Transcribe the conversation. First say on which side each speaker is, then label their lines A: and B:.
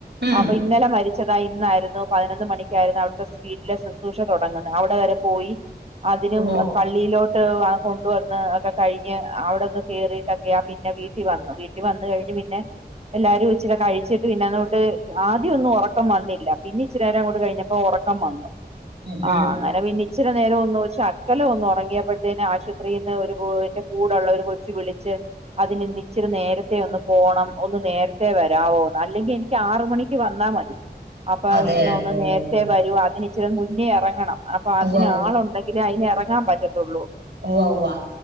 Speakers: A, on the right; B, on the right.
A: ഉം
B: അപ്പൊ ഇന്നലെ മരിച്ചതായി ന്നായിരുന്നു പതിനൊന്നു മണിക്കായിരുന്നു അവിടുതെ വീട്ടിലെ ശുശ്രൂഷ തുടങ്ങുന്നത് അവിടെ വരെ പോയി അതിനും
A: ഓ
B: പള്ളിയിലോട്ട് വാ കൊണ്ടുവന്ന് ഒക്കെ കഴി അവിടൊന്ന് കേറിട്ടൊക്കെയാ പിന്നെ വീട്ടിൽ വന്നു വീട്ടിൽ വന്ന് കഴിഞ്ഞ് പിന്നെ എല്ലാരും ഇച്ചിരി കഴിച്ചിട്ട് പിന്നെ അങ്ങോട്ട് ആദ്യംന്നും ഉറക്കം വന്നില്ല പിന്ന ഇച്ചിരെ അങ്ങോട്ട് കഴിഞ്ഞപ്പോ ഒറ റക്കം വന്നു
A: ഉം
B: ആ
A: ഉം.
B: അങ്ങനെ പിന്നി ഇച്ചിരി നേരം ഒന്ന് ശക്കലംഒന്ന് ഉറങ്ങിയപ്പോഴത്തേന് ആശുപത്രിൽന്ന് ഒരു കൂടുള്ളൊര് കൊച്ചു വിളിച്ച് അതിനിന്ന് ഇച്ചിരി നേരത്തെ ഒന്ന് പോണം ഒന്ന് നേരത്തെ വരവോന്ന്? അല്ലെങ്കിൽ എനിക്ക് ആറ് മണിക്ക് വന്നാൽ മതി. അപ്പൊ
A: അതെ
B: ഇന്ന ഒന്ന്
A: ഓ
B: നേരത്തെേ വരൂ അതിന് ഇച്ചിരി മുന്നേ ഇറങ്ങണം. അപ്പൊ അതിന്
A: ഉവ്വ
B: ആളുണ്ടെങ്കിലേ അതിന് ഇറങ്ങാൻ പറ്റത്തൊള്ളൂ.
A: ഉവ്വ് ഉവ്വ്